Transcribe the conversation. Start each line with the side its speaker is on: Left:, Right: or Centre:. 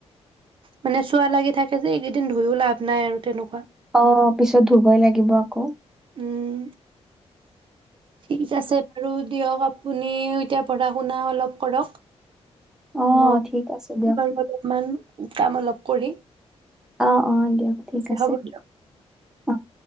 Right: মানে চোৱা লাগি থাকে যে এইকেইদিন ধুইও লাভ নাই আৰু তেনেকুৱা।
Centre: অ' পিছত ধুবই লাগিব আকৌ।
Right: উম। ঠিক আছে বাৰু। দিয়ক আপুনি এতিয়া পঢ়া শুনা অলপ কৰক।
Centre: অ
Right: ম
Centre: ঠিক আছে দিয়ক
Right: তোমাৰ অলপমান কাম অলপ কৰি
Centre: অ' অ' দিয়ক ঠিক আছে
Right: হ'ব দিয়ক
Centre: অ'।